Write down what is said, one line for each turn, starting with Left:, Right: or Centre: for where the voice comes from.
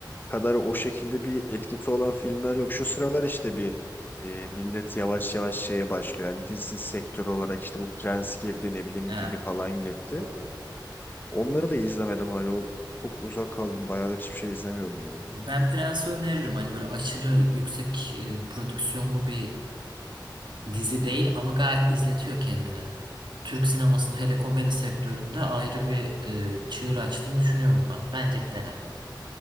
Left: kadar o şekilde bir etkisi olan filmler yok. Şu sıralar işte bir e, millet yavaş yavaş şeye başlıyor. Yani dizi sektörü olarak işte bu Prens girdi ne bileyim
Right: Ha,
Left: gibi falan girdi.
Right: doğru.
Left: Onları da izlemedim hala. O- Çok uzak kaldım. Bayağıdır hiçbir şey izlemiyorum ya.
Right: Ben Prens'i öneririm. Hani böyle aşırı yüksek e, prodüksiyonlu bir dizi değil ama gayet izletiyor kendini. Türk sinemasının hele komedi sektöründe ayrı bir e, çığır açtığını düşünüyorum ben. Bence bir dene.